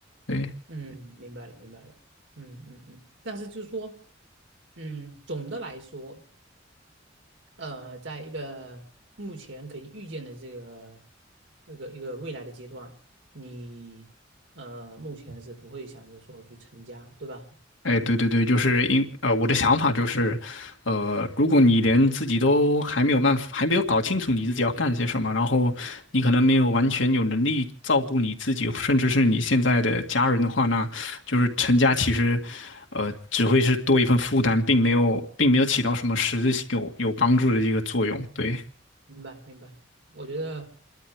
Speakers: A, on the left; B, on the right.
A: 对。
B: 嗯，明白了，明白了，嗯嗯嗯，但是就是说，嗯，总的来说。呃，在一个目前可以预见的这个一个一个未来的阶段，你呃目前是不会想着说去成家，对吧？
A: 哎，对对对，就是因呃，我的想法就是，呃，如果你连自己都还没有办法，还没有搞清楚你自己要干些什么，然后你可能没有完全有能力照顾你自己，甚至是你现在的家人的话，那就是成家其实，呃，只会是多一份负担，并没有，并没有起到什么实质性有有帮助的一个作用。对，
B: 明白，明白。我觉得，